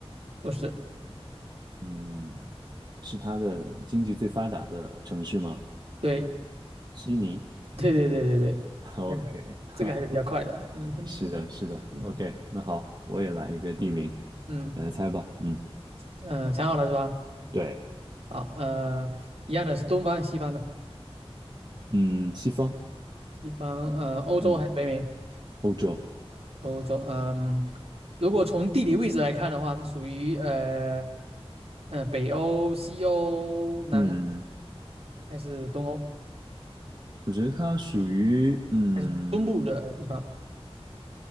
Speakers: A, on the right (about 70°); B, on the right (about 40°).
A: 不是？
B: 嗯，是它的经济最发达的城市吗？
A: 对，
B: 悉尼
A: <laughs> 对对对对对，
B: ，OK，
A: 哎呀 <laughs>
B: <laughs> 哈，
A: 这个还是比较快的。
B: 哈，
A: 嗯哼，
B: 是的，是的，OK，
A: 嗯
B: 那好，我也来一个地名，
A: 嗯，
B: 来猜吧，嗯，
A: 嗯，想好了是吧？
B: 对，
A: 好，呃，一样的是东方、西方的，
B: 嗯，西方，
A: 西方，呃，欧洲还是北美？
B: 嗯，欧洲，
A: 欧洲，嗯，如果从地理位置来看的话，它属于呃，呃，北欧、西欧、南欧
B: 嗯，
A: 还是东欧？
B: 我觉得它属于嗯
A: 还是东部的地方，